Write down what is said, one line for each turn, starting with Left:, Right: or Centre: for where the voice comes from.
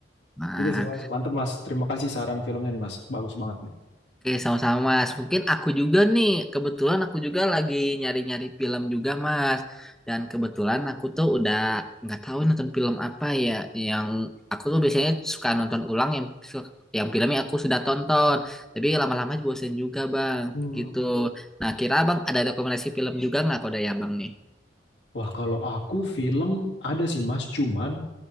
Centre: nah.
Left: Ini sih, Mas. Mantep, Mas. Terima kasih saran filmnya nih, Mas. Bagus banget nih.
Centre: Oke, sama-sama Mas. Mungkin aku juga nih, kebetulan aku juga lagi nyari-nyari film juga Mas. Dan kebetulan aku tuh udah nggak tahu nonton film apa ya yang aku tuh biasanya suka nonton ulang yang yang filmnya aku sudah tonton. Tapi lama-lama bosen juga Bang,
Left: Hmm.
Centre: gitu. Nah, kira Bang ada rekomendasi film juga nggak kode ya Bang nih?
Left: Wah, kalau aku film ada sih, Mas. Cuman